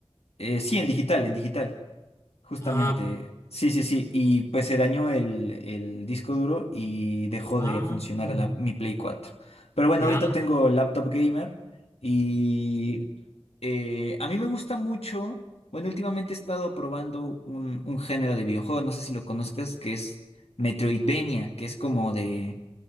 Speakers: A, on the left; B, on the left.
A: Eh, sí, en digital, en digital, justamente.
B: Ah,
A: Sí, sí, sí. Y pues se dañó el, el disco duro y dejó de
B: ah,
A: funcionar la- mi Play cuatro Pero bueno,
B: ya.
A: ahorita tengo laptop gamer. Y eh, a mí me gusta mucho, bueno, últimamente he estado probando un, un género de videojuego, no sé si lo conozcas, que es Metroidvania, que es como de,